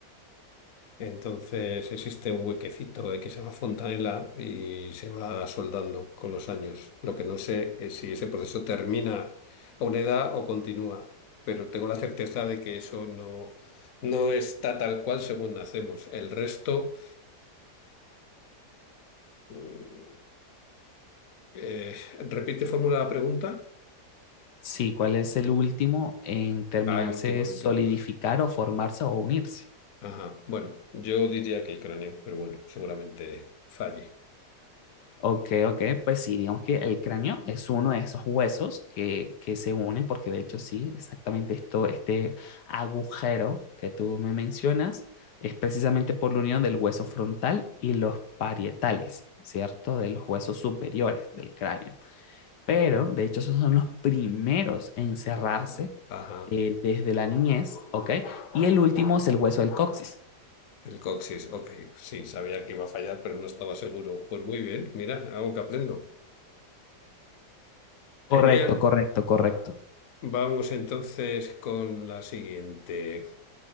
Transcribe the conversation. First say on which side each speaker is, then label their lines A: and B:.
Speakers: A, on the left; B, on the left.
A: Entonces existe un huequecito, eh, que se llama fontanela y se va soldando con los años. Lo que no sé es si ese proceso termina a una edad o continúa, pero tengo la certeza de que eso no, no está tal cual según nacemos. El resto... mm, Eh, repite fórmula la pregunta.
B: Sí, ¿cuál es el último en terminarse
A: Ah, el último,
B: de
A: el
B: solidificar
A: último.
B: o formarse o unirse?
A: Ajá. Bueno, yo diría que el cráneo, pero bueno, seguramente falle.
B: Ok, ok, pues sí, digamos que el cráneo es uno de esos huesos que, que se unen, porque de hecho sí, exactamente esto, este agujero que tú me mencionas es precisamente por la unión del hueso frontal y los parietales, ¿cierto? De los huesos superiores del cráneo. Pero de hecho esos son los primeros en cerrarse
A: Ah, Ajá.
B: eh, desde la niñez, ¿ok? Y el último es el hueso del coxis.
A: El coxis, ok. Sí, sabía que iba a fallar, pero no estaba seguro. Pues muy bien, mira, algo que aprendo.
B: Correcto,
A: Genial.
B: correcto, correcto.
A: Vamos entonces con la siguiente.